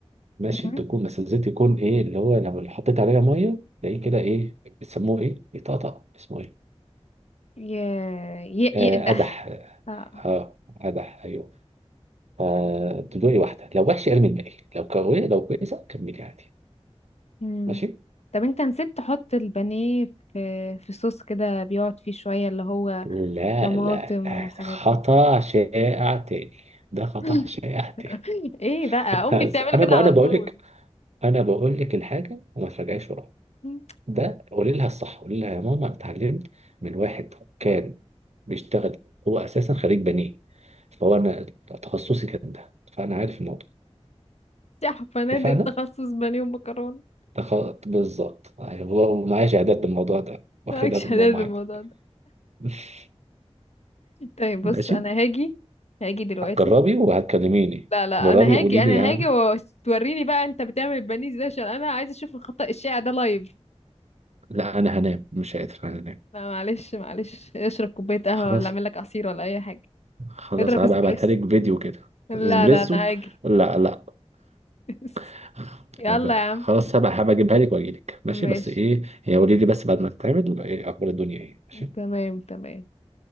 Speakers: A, on the right (about 75°); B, on the left (about 75°).
A: ماشي
B: امم
A: تكون بس الزيت يكون ايه اللي هو لو اللي حطيت عليها مية تلاقيه كده ايه بيسموه ايه يطقطق اسمه ايه
B: ي... ي...
A: آه
B: يقدح
A: قدح
B: اه
A: اه قدح ايوه فتدوقي واحدة لو وحش ارمي الباقي لو كويسة لو كويسة كملي عادي
B: مم.
A: ماشي
B: طب انت نسيت تحط البانيه في في صوص كده بيقعد فيه شوية اللي هو
A: لا
B: طماطم
A: لا لا
B: والحاجات
A: خطأ
B: دي
A: شائع تاني ده خطأ
B: <laughs>
A: شائع تاني
B: ايه بقى
A: بس
B: امي بتعمله
A: انا
B: كده
A: ب... انا
B: على
A: بقول
B: طول
A: لك انا بقول لك الحاجة وما تراجعيش وراها
B: <laughs>
A: ده قولي لها الصح قولي لها يا ماما انا اتعلمت من واحد كان بيشتغل هو اساسا خريج بنيه فهو انا تخصصي كان ده فانا عارف الموضوع
B: يا فنادق
A: اتفقنا
B: تخصص بانيه ومكرونه
A: ده خ... بالظبط أيوة، ومعايا شهادات بالموضوع ده واخدها
B: مالكش
A: من
B: هدال
A: ماما
B: بالموضوع
A: عادي
B: ده
A: <laughs>
B: طيب بص
A: ماشي
B: انا هاجي هاجي دلوقتي
A: جربي وهتكلميني
B: لا لا
A: جربي
B: انا
A: قولي
B: هاجي انا
A: لي يعني
B: هاجي وتوريني بقى انت بتعمل البانيه ازاي عشان انا عايزه اشوف الخطأ الشائع ده لايف
A: لا انا هنام مش قادر انا هنام
B: لا معلش معلش اشرب كوبايه قهوه
A: خلاص
B: ولا اعمل لك عصير ولا اي حاجه
A: خلاص
B: اضرب
A: هبقى
B: اسبريسو
A: ابعتها لك فيديو كده
B: لا
A: اسبريسو
B: لا انا هاجي
A: لا لا
B: <laughs>
A: <laughs>
B: يلا
A: هبقى-
B: يا
A: خلاص
B: عم
A: هبقى هبقى اجيبها لك واجي لك ماشي
B: ماشي
A: بس ايه هي قولي لي بس بعد ما تتعمل ايه اخبار الدنيا ايه ماشي
B: تمام تمام